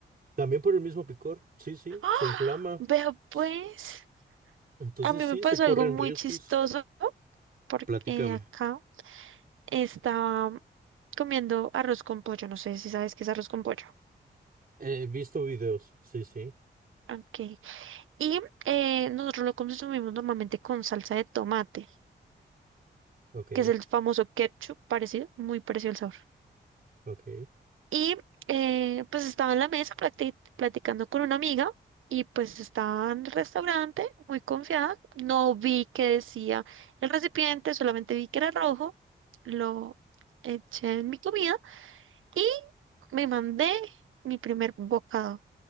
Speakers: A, on the right; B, on the right.
A: También por el mismo picor, sí, sí,
B: ¡Ah!
A: se inflama.
B: Vea
A: S-
B: pues,
A: Entonces
B: a mí
A: sí,
B: me pasó
A: se corren
B: algo muy
A: riesgos.
B: chistoso porque
A: Platícame.
B: acá estaba comiendo arroz con pollo. No sé si sabes qué es arroz con pollo.
A: He visto videos, sí, sí,
B: Ok. Y eh, nosotros lo consumimos normalmente con salsa de tomate,
A: ok,
B: que es el famoso ketchup parecido, muy parecido el sabor.
A: ok.
B: Y eh, pues estaba en la mesa practi- platicando con una amiga y pues estaba en el restaurante muy confiada. No vi que decía el recipiente, solamente vi que era rojo. Lo eché en mi comida y me mandé mi primer bocado